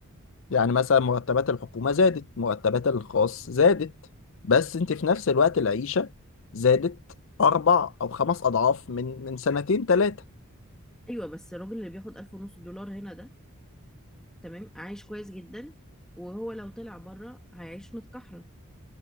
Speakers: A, on the left; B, in the centre.
A: يعني مثلا مرتبات الحكومة زادت مرتبات الخاص زادت بس أنت في نفس الوقت العيشة زادت أربع أو خمس أضعاف من من سنتين تلاتة
B: ايوه بس الراجل اللي بياخد ألف ونص دولار هنا ده تمام عايش كويس جدا وهو لو طلع بره هيعيش متكحرة